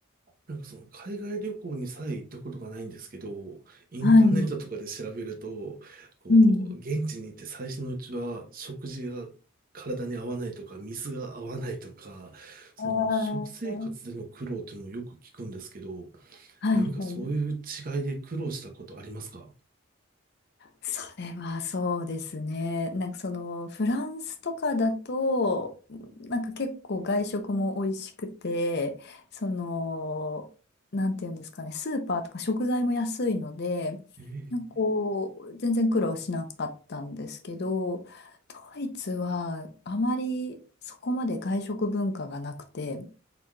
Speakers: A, on the right (about 45°); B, on the left (about 55°).
A: なんかその海外旅行にさえ行ったことがないんですけど、インターネットとかで調べると、
B: はい。
A: こう、
B: うん。
A: 現地に行って最初のうちは食事が体に合わないとか、水が合わないとか、その食生活での苦労っていうのをよく聞くんですけど、
B: ああ。はいはい。
A: 何かそういう違いで苦労したことありますか
B: それはそうですね。なんかそのフランスとかだと、なんか結構外食も美味しくて、その、なんていうんですかね、スーパーとか食材も安いので、
A: えー、
B: なんかこう、全然苦労しなかったんですけど、ドイツはあまりそこまで外食文化がなくて、